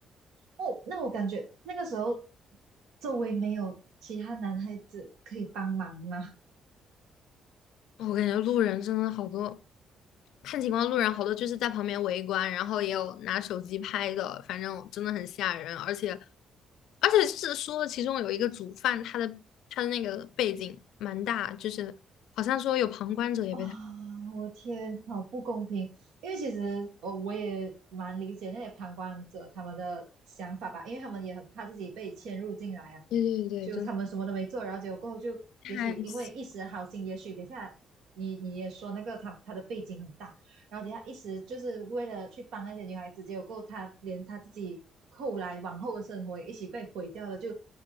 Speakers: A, on the right; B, on the left.
A: 哦，那我感觉那个时候周围没有其他男孩子可以帮忙吗？
B: 我感觉路人真的好多，看情况，路人好多就是在旁边围观，然后也有拿手机拍的，反正真的很吓人。而且，而且是说其中有一个主犯，他的他的那个背景蛮大，就是好像说有旁观者也被他。
A: 哇，我天，好不公平！因为其实我我也蛮理解那些旁观者他们的想法吧，因为他们也很怕自己被牵入进来啊。
B: 对对对，
A: 就他们什么都没做，
B: 真的
A: 然后结果过后就，
B: 太吓
A: 也许因为一时的好心，也许等下你你也说那个他他的背景很大，然后等下一时就是为了去帮那些女孩子，结果过后他连他自己后来往后的生活也一起被毁掉了，就